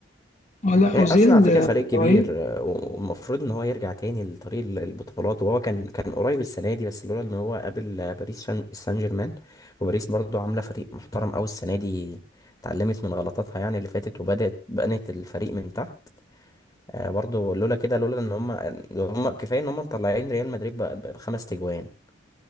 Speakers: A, on the left (about 35°); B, on the left (about 20°).
A: آه، لا
B: يعني
A: أوزيل
B: ارسنال على فكره
A: آه،
B: فريق كبير
A: رهيب
B: آه، والمفروض ان هو يرجع تاني لطريق ال- البطولات وهو كان كان قريب السنه دي بس لولا ان هو قابل آه، باريس شان- سان جيرمان وباريس برضو عامله فريق محترم قوي السنه دي اتعلمت من غلطاتها يعني اللي فاتت وبدات بنت الفريق من تحت آه، برضو لولا كده لولا ان هم هم كفايه ان هم مطلعين ريال مدريد ب- ب- بخمس تجوان